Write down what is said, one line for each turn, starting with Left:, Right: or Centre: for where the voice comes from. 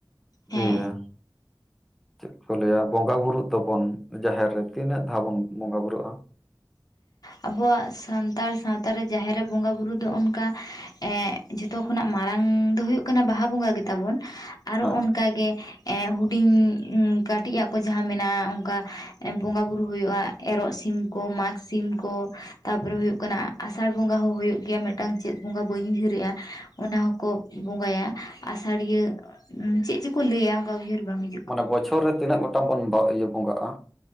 Left: ᱦᱮᱸ
Centre: ᱤᱭᱟᱹᱼᱼ ᱪᱮᱫ ᱠᱚ ᱞᱟᱹᱭᱟ ᱵᱚᱸᱜᱟ ᱵᱩᱨᱩᱜ ᱫᱚᱵᱚᱱ ᱡᱟᱦᱮᱨ ᱨᱮ ᱛᱤᱱᱟᱹᱜ ᱫᱷᱟᱣ ᱵᱚᱱ ᱵᱚᱸᱜᱟ ᱵᱩᱨᱩᱜ-ᱟ? <inaudible>
Left: ᱟᱵᱚᱣᱟᱜ ᱥᱟᱱᱛᱟᱲ ᱥᱟᱶᱛᱟ ᱨᱮ ᱡᱟᱦᱮᱨ ᱨᱮ ᱵᱚᱸᱜᱟ ᱵᱩᱨᱩ ᱫᱚ ᱚᱱᱠᱟ ᱮᱸᱜᱼᱼ ᱡᱷᱚᱛᱚ ᱠᱷᱚᱱᱟᱜ ᱢᱟᱨᱟᱝ ᱫᱚ ᱦᱩᱭᱩᱜ ᱠᱟᱱᱟ ᱵᱟᱦᱟ ᱵᱚᱸᱜᱟ ᱜᱮ, ᱛᱟᱵᱚᱱ ᱟᱨᱚ
Centre: ᱦᱮᱸ
Left: ᱚᱱᱠᱟ ᱜᱮᱼᱼ ᱮ ᱦᱩᱰᱤᱧ ᱩᱧ ᱠᱟᱴᱤᱡ ᱟᱜ ᱠᱚ ᱡᱟᱦᱟᱸ ᱢᱮᱱᱟᱜ-ᱟ ᱚᱱᱠᱟ ᱮᱸ ᱵᱚᱸᱜᱟ ᱵᱩᱨᱩ ᱦᱩᱭᱩᱜ-ᱟ᱾ ᱮᱨᱚᱜ ᱥᱤᱢᱼᱼ ᱠᱚ ᱢᱟᱜᱽ ᱥᱤᱢ ᱠᱚ ᱛᱟᱨᱯᱚᱨᱮ ᱦᱩᱭᱩᱜ ᱠᱟᱱᱟ ᱟᱥᱟᱲ ᱵᱚᱸᱜᱟ ᱦᱚᱸ ᱦᱳᱭᱳᱜ ᱜᱮᱭᱟ, ᱢᱮᱜᱴᱟᱝ ᱪᱮᱜ ᱵᱚᱸᱜᱟ ᱵᱟᱹᱧ ᱩᱭᱦᱟᱹᱨᱮᱜ-ᱟ᱾ ᱚᱱᱟ ᱦᱚᱸᱠᱚ ᱵᱚᱸᱜᱟᱭᱟ ᱟᱥᱟᱲᱤᱭᱟᱹ ᱩᱸ ᱪᱤᱜ ᱪᱚᱠᱚ ᱞᱟᱹᱭᱟ ᱚᱱᱠᱟ ᱩᱭᱦᱟᱹᱨ ᱵᱟᱝ ᱦᱩᱭᱩᱜᱼᱼ
Centre: ᱢᱟᱱᱮ ᱵᱚᱪᱷᱚᱨ ᱨᱮ ᱛᱤᱱᱟᱹᱜ ᱜᱚᱴᱟᱝ ᱵᱚᱱ ᱵᱟ ᱤᱭᱟᱹ ᱵᱚᱸᱜᱟᱜ-ᱟ?